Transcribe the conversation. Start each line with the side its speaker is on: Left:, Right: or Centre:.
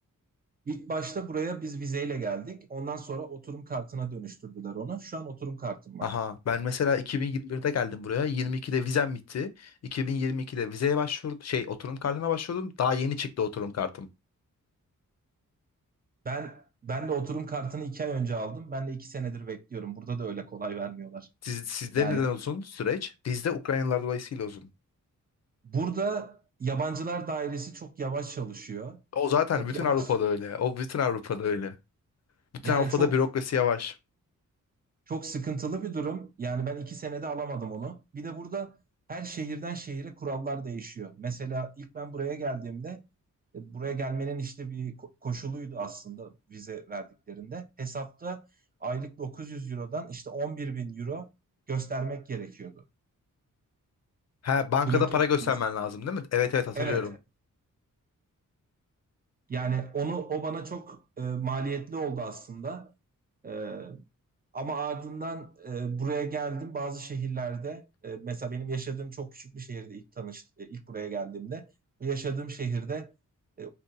Right: İlk başta buraya biz vizeyle geldik. Ondan sonra oturum kartına dönüştürdüler onu. Şu an oturum kartım var.
Left: Aha ben mesela 2021'de geldim buraya. 22'de vizem bitti. 2022'de vizeye başvurdum. Şey oturum kartına başvurdum. Daha yeni çıktı oturum kartım.
Right: Ben ben de oturum kartını iki ay önce aldım. Ben de iki senedir bekliyorum. Burada da öyle kolay vermiyorlar.
Left: Siz, sizde
Right: Yani
Left: neden uzun süreç? Bizde Ukraynalılar dolayısıyla uzun.
Right: burada yabancılar dairesi çok yavaş çalışıyor.
Left: O zaten
Right: Çok
Left: bütün
Right: yavaş.
Left: Avrupa'da öyle. O bütün Avrupa'da öyle. Bütün
Right: Yani
Left: Avrupa'da
Right: çok
Left: bürokrasi yavaş.
Right: Çok sıkıntılı bir durum. Yani ben iki senede alamadım onu. Bir de burada her şehirden şehire kurallar değişiyor. Mesela ilk ben buraya geldiğimde e, buraya gelmenin işte bir ko- koşuluydu aslında vize verdiklerinde. Hesapta aylık 900 Euro'dan işte 11 bin Euro göstermek gerekiyordu.
Left: Ha bankada
Right: Bloke
Left: para
Right: edilmesi
Left: göstermen lazım
Right: gibi.
Left: değil mi? Evet evet hatırlıyorum.
Right: Evet. Yani onu o bana çok e, maliyetli oldu aslında. E, Ama ardından e, buraya geldim. Bazı şehirlerde e, mesela benim yaşadığım çok küçük bir şehirde ilk tanış e, ilk buraya geldiğimde yaşadığım şehirde e,